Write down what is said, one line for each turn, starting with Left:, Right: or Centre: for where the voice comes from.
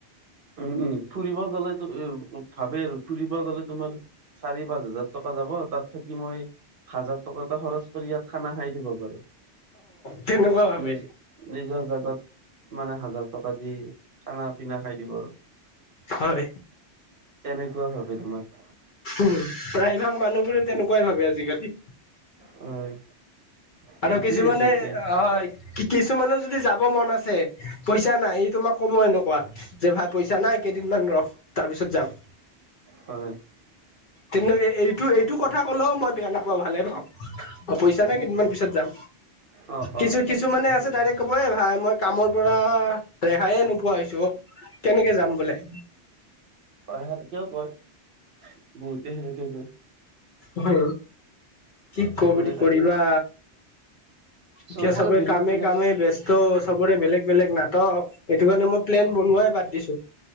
Right: উম, উম, ফুৰিব গ'লে <unintelligible> ভাবে আৰু ফুৰিব গ'লে তোমাৰ চাৰি - পাঁচ হাজাৰ টকা যাব। তাত থাকি মই, হাজাৰ টকা এটা খৰচ কৰি, ইয়াত খানা খাই দিব। বাৰু
Left: তেনেকুৱা ভাবে
Right: নিজে- নিজৰ জাগাত মানে হাজাৰ টকা দি খানা পিনা খাই দিব আৰু।
Left: হয়
Right: তেনেকুৱা ভাৱে তোমাৰ।
Left: উম প্ৰায় ভাগ মানুহবোৰে তেনেকুৱাই ভাবে আজিকালি।
Right: হয়। সেইটোৱে
Left: আৰু কিছুমানে
Right: হৈছে এতিয়া
Left: হয়, কি কিছুমানে যদি যাব মন আছে- পইচা নাই, এই তোমাক কব এনেকুৱা যে ভাই পইচা নাই কেইদিনমান ৰখ তাৰ পিছত যাম।
Right: হয়।
Left: তেন্তে এইটো এইটো কথা কলেও মই বেয়া নাপাও ভালে পাওঁ। অ পইচা নাই কেইদিনমান পিছত যাম।
Right: অ',
Left: কিছু
Right: অ',
Left: কিছুমানে আছে ডাইৰেক্ট কব এ ভাই মই কামৰ পৰা ৰেহাইয়ে নোপোৱা হৈছো অ। কেনেকে যাম বোলে।
Right: তাহাতিও কয় বহুতে সেনেকে কয়।
Left: অ কি কমেডি
Right: মানে
Left: কৰিবা। এতিয়া
Right: চবৰে
Left: চবে
Right: বেলেগ
Left: কামে
Right: বেলেগ
Left: কামে ব্যস্ ত' চবৰে বেলেগ বেলেগ নাটক, সেইটো কাৰণে মই প্লেন বনোৱাই বাদ দিছোঁ।